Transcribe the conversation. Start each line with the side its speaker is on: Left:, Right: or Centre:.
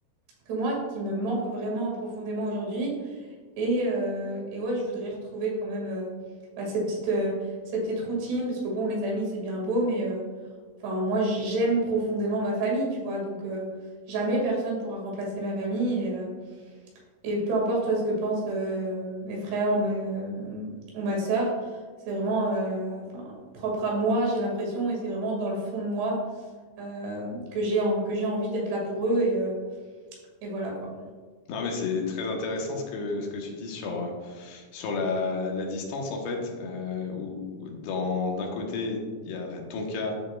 Right: que moi, qui me manque vraiment profondément aujourd'hui. Et, euh, et ouais, je voudrais retrouver quand même euh, bah, cette petite, euh, cette petite routine, parce que bon, les amis, c'est bien beau, mais euh, enfin, moi, j'aime profondément ma famille, tu vois. Donc, euh, jamais personne pourra remplacer ma famille. Et, euh, et peu importe, toi, ce que pensent euh, mes frères ou, mes- euh, ou ma sœur, c'est vraiment euh, enfin, propre à moi, j'ai l'impression, et c'est vraiment dans le fond de moi euh, que j'ai en- que j'ai envie d'être là pour eux et, euh, et voilà quoi.
Left: Non, mais c'est très intéressant ce que, ce que tu dis sur, euh, sur la, la distance, en fait, euh, où dans, d'un côté, il y a ton cas